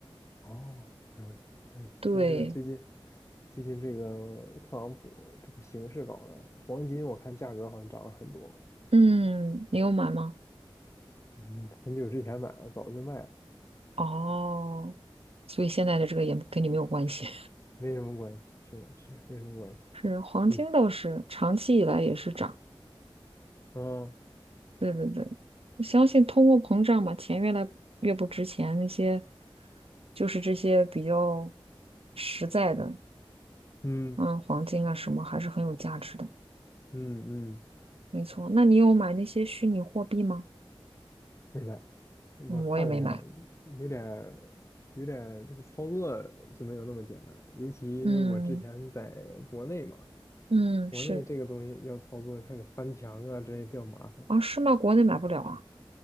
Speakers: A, on the left; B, on the right.
A: 哦，了解。
B: <laughs>
A: 哎呦，
B: 对，
A: 但是最近最近这个特朗普这个形势搞的，黄金我看价格好像涨了很多。
B: 嗯，你有买吗？
A: 嗯，很久之前买了，早就卖了，
B: 哦，所以现在的这个也跟你没有关系。
A: 没什么关系。是的，是的没什么关系。
B: 是黄金倒是长期以来也是涨，
A: 嗯，嗯
B: 对对对，我相信通货膨胀嘛，钱越来越不值钱，那些就是这些比较实在的，
A: 嗯
B: 嗯，黄金啊什么还是很有价值的，
A: 嗯嗯，
B: 没错。那你有买那些虚拟货币吗？
A: 明白。我看了一下，
B: 嗯，我也没买。
A: 有点儿有点儿这个操作就没有那么简单，尤其我之前在国内嘛，
B: 嗯嗯，
A: 国内这个东西要操作还得翻墙啊之类比较麻烦。
B: 是啊，是吗？国内买不了啊。